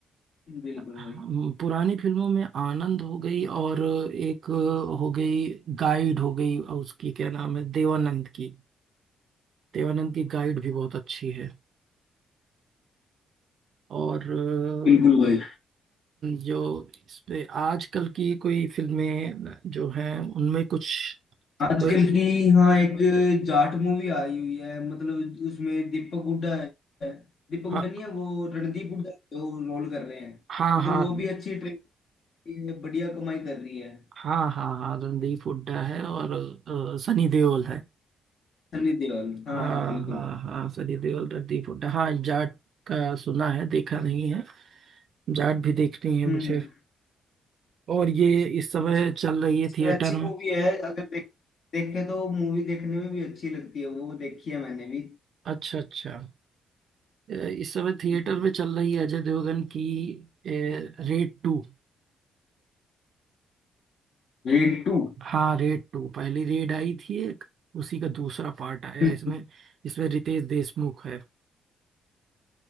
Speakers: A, on the left; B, on the right.
A: बिल्कुल
B: हम-
A: भाई
B: पुरानी फिल्मों में आनंद हो गई और एक हो गई गाइड हो गई और उसकी क्या नाम है देवानंद की देवानंद की गाइड भी बहुत अच्छी है और अ,
A: बिल्कुल भाई
B: जो इस पे आजकल की कोई फिल्में जो हैं उनमें कुछ
A: आजकल
B: कोई
A: की हाँ एक जाट मूवी आई हुई है मतलब उसमें दीपक हुड्डा है दीपक हुड्डा
B: हाँ
A: नहीं है वो रणदीप हुड्डा जो रोल कर रहे हैं
B: हाँ
A: मतलब
B: हाँ
A: वो भी अच्छी ट्रेन बढ़िया कमाई कर रही है
B: हाँ हाँ हाँ रणदीप हुड्डा है और अ, सनी देओल है
A: सनी देओल हाँ
B: हाँ
A: हाँ बिल्कुल
B: हाँ हाँ सनी देओल रणदीप हुड्डा हाँ जाट का सुना है देखा नहीं है जाट भी देखनी है
A: हम्म
B: मुझे और ये इस समय
A: हम्म
B: चल रही है थिएटर
A: ये अच्छी
B: में
A: मूवी है अगर देख देखे तो मूवी देखने में भी अच्छी लगती है वो देखी है मैंने भी
B: अच्छा अच्छा अ, इस समय थिएटर
A: हम्म।
B: में चल रही है अजय देवगन की रेड टू
A: Raid two
B: हाँ रेड टू पहली रेड आई थी एक उसी का दूसरा पार्ट आया
A: हम्म
B: है इसमें इसमें रितेश देशमुख है